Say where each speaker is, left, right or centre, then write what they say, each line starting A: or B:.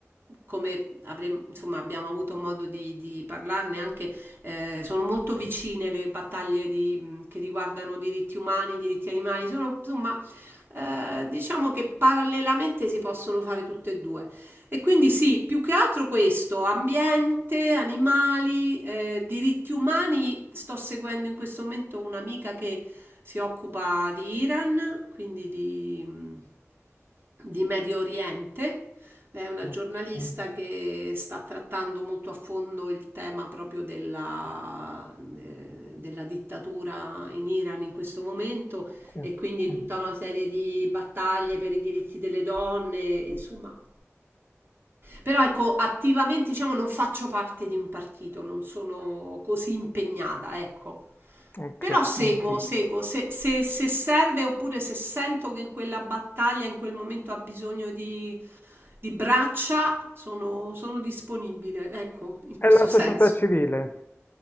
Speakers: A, on the right; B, on the left.
A: come avremo, insomma, abbiamo avuto modo di, di parlarne anche, eh, sono molto vicine le battaglie di, che riguardano diritti umani, diritti animali, sono insomma, eh, diciamo che parallelamente si possono fare tutte e due. E quindi sì, più che altro questo, ambiente, animali, eh, diritti umani, sto seguendo in questo momento un'amica che si occupa di Iran, quindi di, mm, di Medio Oriente. Lei è una
B: sì,
A: giornalista che sta trattando molto a fondo il tema proprio della, eh, della dittatura in Iran in questo momento
B: sì.
A: e quindi tutta una serie di battaglie per i diritti delle donne, insomma, però ecco, attivamente diciamo non faccio parte di un partito, non sono così impegnata, ecco.
B: Ok.
A: Però seguo, Ok. seguo, se, se- se serve oppure se sento che in quella battaglia, in quel momento ha bisogno di, di braccia, sono, sono disponibile, ecco, in
B: È
A: questo
B: la società
A: senso.
B: civile,